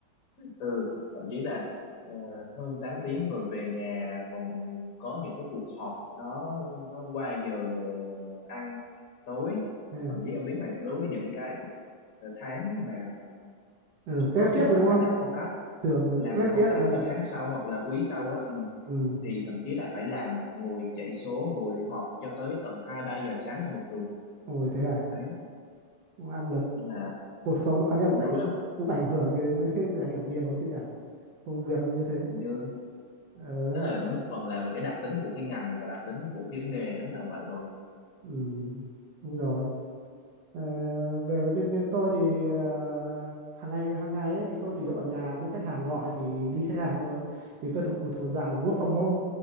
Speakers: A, on the left (about 55°); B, on the right (about 75°).
A: ừ thậm chí là ờ, hơn 8 tiếng rồi về nhà còn có những cái cuộc họp nó nó qua giờ ăn tối
B: ừ.
A: Hoặc thậm chí ông biết mà đối với những cái ờ, tháng mà
B: ừ Tết
A: có
B: tiếc
A: kế hoạch
B: rồi đúng không
A: và làm forecast
B: thường
A: làm
B: Tết
A: forecast
B: tiếc mới là
A: cho tháng sau hoặc là quý sau á ừ,
B: ừ
A: thì thậm chí là phải làm ngồi chạy số ngồi họp cho tới tận hai ba giờ sáng là bình thường
B: ôi thế à
A: đấy
B: áp lực
A: nên là
B: cuộc sống nó cá nhân
A: cũng
B: cũng ảnh,
A: đuối lắm
B: cũng ảnh hưởng đến <laughs> bị ảnh hưởng nhiều ấy chứ nhỉ công việc là như thế
A: chứ
B: ờ
A: tức là
B: nhưng-
A: nó một phần là về cái đặc tính của cái ngành và đặc tính của cái nghề nó là vậy rồi
B: ừ đúng rồi Ờ, về với bên bên tôi thì ờ, hàng ngày hàng ngày ấy thì tôi chủ yếu ở nhà nếu khách hàng gọi thì đi khách hàng thôi vì tôi thuộc một thuộc dạng là work from home